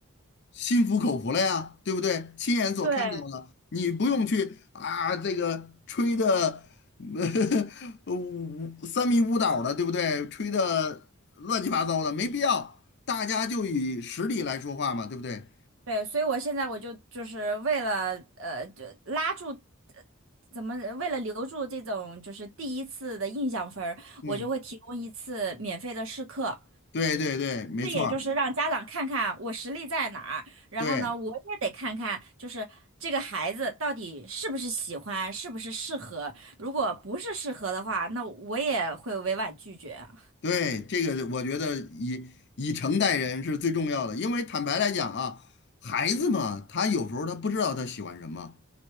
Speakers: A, on the left; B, on the right.
A: 心服口服了呀，对不对？亲眼所看到了，
B: 对。
A: 你不用去啊，这个吹的 <laughs> 五三迷五倒的，对不对？吹的乱七八糟的，没必要。大家就以实力来说话嘛，对不对？
B: 对，所以我现在我就就是为了呃，就拉住，呃怎么为了留住这种就是第一次的印象分儿我就会提供一次免费的试课，
A: 嗯，对对对，没错儿
B: 这也就是让家长看看我实力在哪儿，然后呢，
A: 对
B: 我也得看看就是这个孩子到底是不是喜欢，是不是适合，如果不是适合的话，那我也会委婉拒绝啊。
A: 对，这个我觉得以以诚待人是最重要的，因为坦白来讲啊，孩子嘛，他有时候他不知道他喜欢什么。